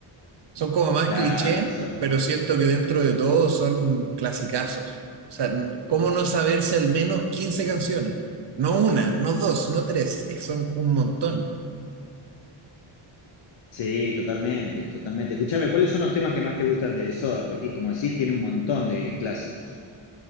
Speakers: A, on the right; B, on the left.
A: Son como más
B: Claro,
A: cliché,
B: Soda.
A: pero siento que dentro de todo son clasicazos. O sea, n- ¿cómo no saberse al menos 15 canciones? No una, no dos, no tres. es que Son un montón.
B: Sí, totalmente, totalmente. Escuchame, ¿cuáles son los temas que más te gustan de Soda? Porque, ti- como decís, tiene un montón de clásicos.